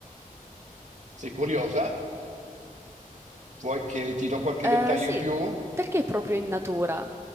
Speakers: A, on the right (about 55°); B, on the right (about 15°).
A: Sei curiosa? Vuoi che ti do qualche
B: Ehm,
A: dettaglio
B: sì,
A: in più?
B: perché proprio in natura